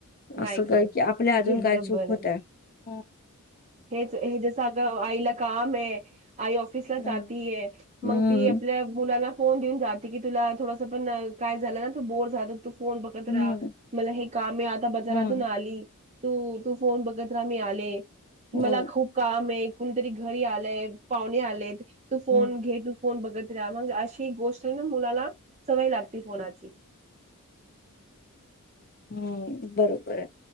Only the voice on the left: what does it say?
असं
काय की आपल्या अजून
काय
चुक
<unintelligible> हो
हम्म
हम्म
हम्म
हम्म
हम्म
हम्म
हम्म.. बरोबर आहे